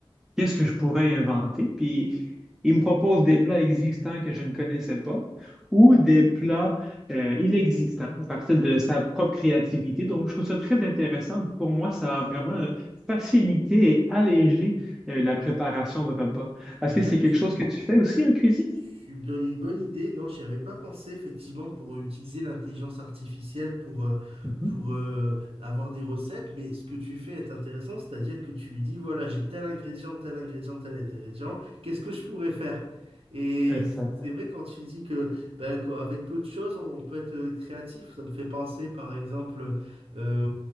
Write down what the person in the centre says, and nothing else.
qu'est-ce que je pourrais inventer? Puis il me propose des plats existants que je ne connaissais pas ou des plats euh, inexistants à partir de sa propre créativité. Donc, je trouve ça très intéressant. Pour moi, ça a vraiment euh, facilité et allégé euh, la préparation de repas. Est-ce
que c'est
quelque chose que tu fais aussi en cuisine?
Mhm.
Exact.